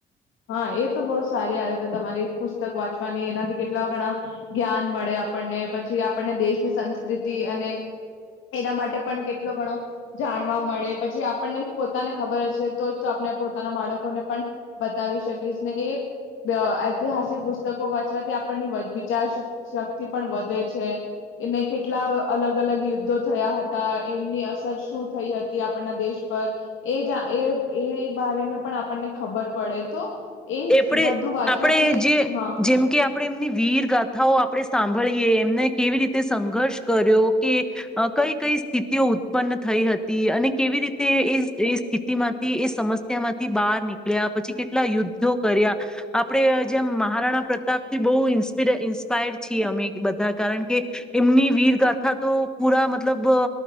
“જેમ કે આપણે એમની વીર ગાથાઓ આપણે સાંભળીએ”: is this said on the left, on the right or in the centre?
Centre